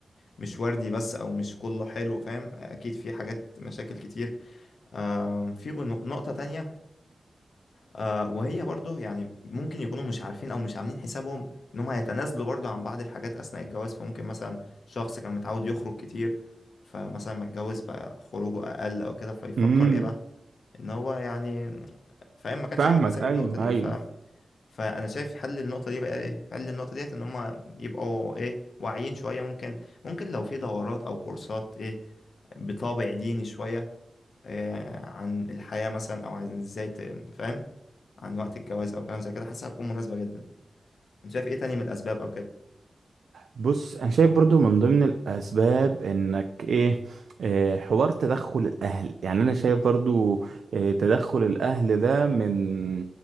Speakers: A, on the left (about 75°); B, on the right (about 80°).
A: مش وردي بس او مش كله حلو فاهم اكيد في حاجات مشاكل كتير آم، في نقطه تانية آه وهي برضه يعني ممكن يكونوا مش عارفين او مش عاملين حسابهم ان هم هيتنازلوا برضه عن بعض الحاجات اثناء الجواز فممكن مثلا شخص كان متعود يخرج كتير فمثلا ما اتجوز بقى خروجه اقل او كده فيفكر
B: امم
A: ايه بقى ان هو يعني فاهم ما كانش
B: فاهمك
A: عامل حساب
B: ايوه
A: النقطة دي
B: ايوه
A: ف... فانا شايف حل النقطة دي بقى ايه حل النقطة ديت ان هم يبقوا ايه واعيين شوية ممكن ممكن لو في دورات او كورسات ايه بطابع ديني شوية إيه، عن الحياة مثلا أو عن إزاي ت- فاهم عن وقت الجواز او كلام زي كده حاسسها هتكون مناسبه جدا انت شايف ايه تاني من الاسباب او كده
B: بص انا شايف برضو من ضمن الاسباب انك ايه آه، حوار تدخل الاهل يعني انا شايف برضو آه، تدخل الاهل ده من